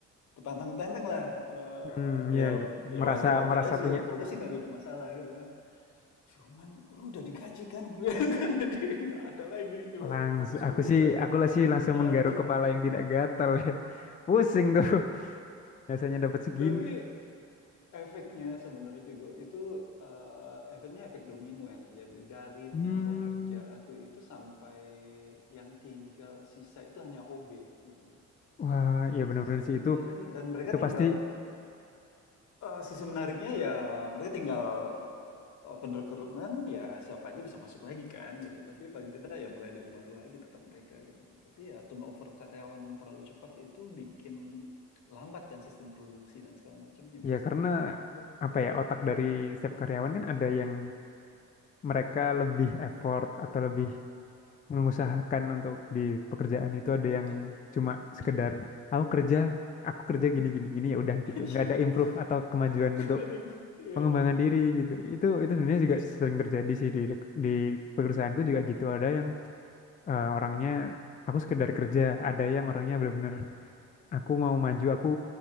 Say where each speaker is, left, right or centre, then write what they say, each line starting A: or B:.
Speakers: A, on the left; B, on the left.
A: Petantang-petantang lah, Eh,
B: Hmm, ya,
A: ya
B: ya.
A: ya
B: Merasa
A: wajar-wajar
B: merasa
A: aja sih,
B: punya
A: kok
B: ini
A: gue sih
B: sih.
A: nggak gitu masalah gitu kan. Cuman lu udah digaji kan, <laughs> jadi nggak ada lagi tuh
B: Langsung
A: bonus-bonusan.
B: aku sih aku lah sih langsung
A: Aduh,
B: menggaruk kepala yang tidak gatal ya. Pusing tuh. <laughs> Biasanya dapat segini.
A: tapi Efeknya sebenarnya Vigo itu eh, efeknya efek domino yang terjadi dari
B: Hmm,
A: teamwork kerja aku itu sampai yang tinggal sisa itu hanya OB gitu loh.
B: wah, iya
A: Yang
B: benar-benar
A: sisa OB
B: sih itu.
A: dan mereka
B: Itu
A: tinggal
B: pasti
A: eh, sisi menariknya ya mereka tinggal open recruitment ya siapa aja bisa masuk lagi kan gitu. Tapi paling tidak ya mulai dari baru lagi tetap mereka gitu. Tapi ya turnover karyawan yang terlalu cepat itu bikin lambat kan sistem produksi dan segala macamnya biasanya.
B: ya karena
A: Bener.
B: apa ya otak dari setiap karyawan kan ada yang mereka lebih effort atau lebih mengusahakan untuk di pekerjaan itu ada
A: Betul.
B: yang cuma
A: Betul.
B: sekedar aku kerja, aku kerja gini gini gini ya udah gitu.
A: Iya,
B: nggak ada improve atau kemajuan
A: <laughs>
B: untuk
A: ada yang iya,
B: pengembangan diri gitu. Itu itu sebenarnya
A: iya,
B: juga sering terjadi sih di di perusahaanku juga gitu. Ada yang eh, orangnya aku sekedar kerja, ada yang orangnya
A: iya.
B: benar-benar aku mau maju, aku